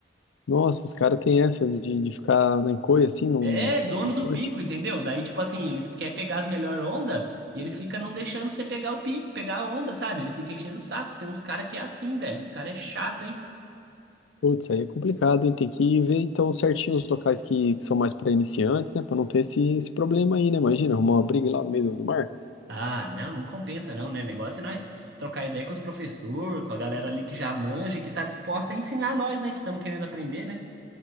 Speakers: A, on the left; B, on the right.
A: Nossa, os caras têm essa de, de ficar na encolha, assim, não,
B: É dono
A: não
B: do
A: curte.
B: pico, entendeu? Daí, tipo assim, eles querem pegar as melhores ondas e eles ficam não deixando você pegar o pico, pegar a onda, sabe? Eles ficam enchendo o saco. Tem uns caras que é assim, velho. Os caras é chato, hein?
A: Putz, aí é complicado, hein? Tem que ver, então, certinho os locais que, que são mais para iniciantes, né? Pra não ter esse, esse problema aí, né? Imagina, arrumar uma briga lá no meio do do mar.
B: Ah, não, não compensa não, né? Negócio é nós trocar ideia com os professores, com a galera ali que já manja, e que tá disposta a ensinar nós, né? Que estamos querendo aprender, né?